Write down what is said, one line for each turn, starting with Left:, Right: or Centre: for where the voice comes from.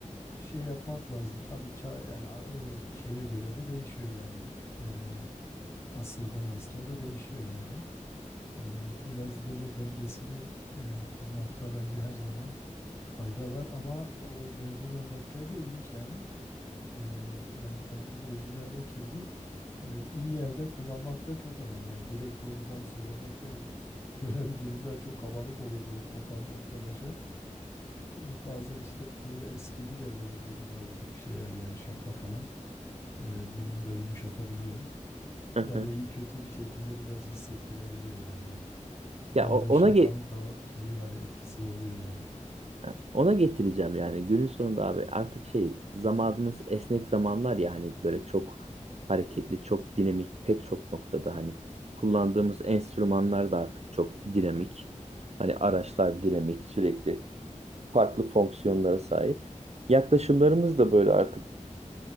Left: şey yapmak lazım. Tabii çağ yani a- e, şeye göre de değişiyor yani. E, asırdan asıra da değişiyor yani. E, biraz böyle dengesini e, kurmakta bence her zaman fayda var ama o verdiğin örnekler de ilginç yani. Ee, yani konunun özüne oturdu. Ee, iyi yerde kullanmak da çok önemli. Yani direkt doğrudan söylemek de <laughs> böyle bir durumda çok kabalık olurdu o kokan arkadaşa. Ee, bazen işte böyle espri de böyle durumlarda çok işe yarıyor yani şaka falan. Ee, durumu da yumuşatabiliyor. Ya
Right: <laughs>
Left: da iyi kötü bir şekilde biraz hissettirebiliyor yani. Bazen
Right: Ya o- ona
Left: şakanın
Right: ge-
Left: da o şeyi var ya, etkisi oluyor yani.
Right: Ha, Ona getireceğim yani günün sonunda abi artık şey zamanımız esnek zamanlar ya hani böyle çok hareketli çok dinamik pek çok noktada hani kullandığımız enstrümanlar da artık çok dinamik hani araçlar dinamik sürekli farklı fonksiyonlara sahip yaklaşımlarımız da böyle artık